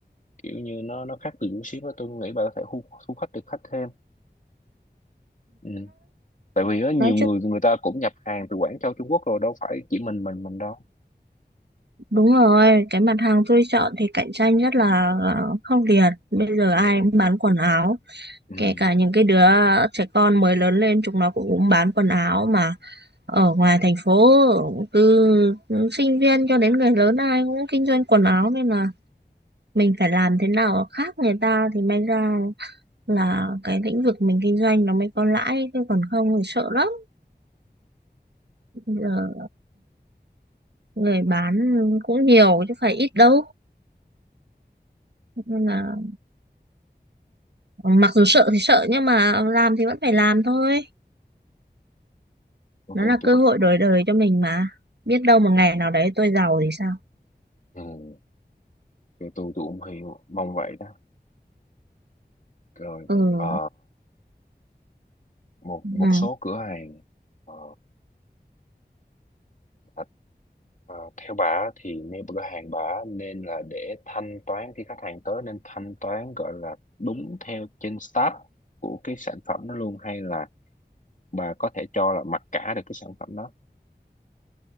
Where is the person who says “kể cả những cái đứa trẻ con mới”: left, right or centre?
Right